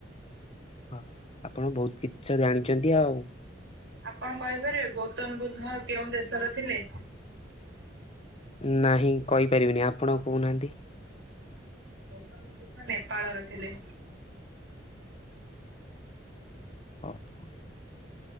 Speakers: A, on the left; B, on the right.
A: ହଁ। ଆପଣ ବହୁତ କିଛି ତ ଜାଣିଛନ୍ତି ଆଉ।
B: ଆପଣ କହିପାରିବେ ଗୌତମ ବୁଦ୍ଧ କେଉଁ ଦେଶର ଥିଲେ?
A: ନାହିଁ କହିପାରିବିନି, ଆପଣ କହୁନାହାନ୍ତି।
B: ଗୌତମ ବୁଦ୍ଧ ନେପାଳର ଥିଲେ।
A: ଓହ